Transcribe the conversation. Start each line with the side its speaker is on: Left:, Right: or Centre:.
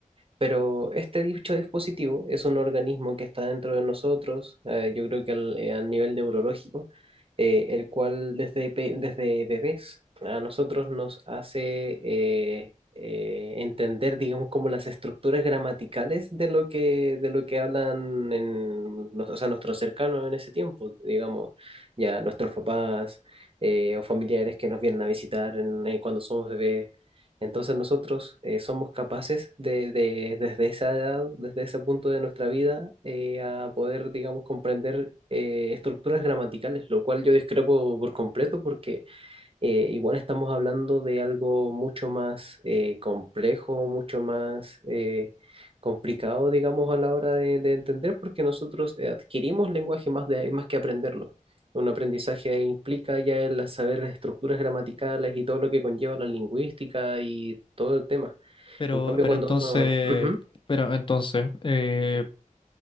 Right: pero este dicho dispositivo es un organismo que está dentro de nosotros, eh, yo creo que al- eh, a nivel neurológico, eh, el cual desde, pe- desde bebés a nosotros nos hace eh, eh, entender, digamos, como las estructuras gramaticales de lo que, de lo que hablan en, nos- o sea, nuestros cercanos en ese tiempo, digamos, ya nuestros papás eh, o familiares que nos vienen a visitar en- eh, cuando somos bebés entonces nosotros eh, somos capaces de, de- desde esa edad, desde ese punto de nuestra vida, eh, a poder, digamos, comprender eh, estructuras gramaticales, lo cual yo discrepo por completo porque eh, igual estamos hablando de algo mucho más eh, complejo, mucho más eh, complicado, digamos, a la hora de, de entender, porque nosotros eh, adquirimos lenguaje más, de, más que aprenderlo. Un aprendizaje implica ya el saber las estructuras gramaticales y todo lo que conlleva la lingüística y todo el tema.
Left: Pero,
Right: En cambio,
Left: pero
Right: cuando
Left: entonces,
Right: uno... Ujú.
Left: pero entonces, eh,